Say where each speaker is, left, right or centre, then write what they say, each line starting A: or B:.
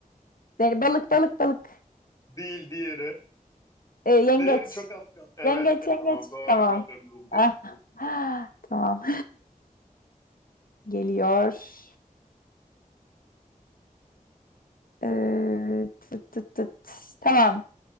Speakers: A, on the left; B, on the left.
A: Yani balık balık balık.
B: Değil diğeri.
A: Ee, yengeç.
B: Diğeri çok az kaldı. Evet.
A: Yengeç yengeç.
B: Tamam doğru
A: Tamam.
B: bildim bildim.
A: Ah. <gasps> ah, Tamam. <laughs> Geliyor. Ee, tıt tıt tıt. Tamam.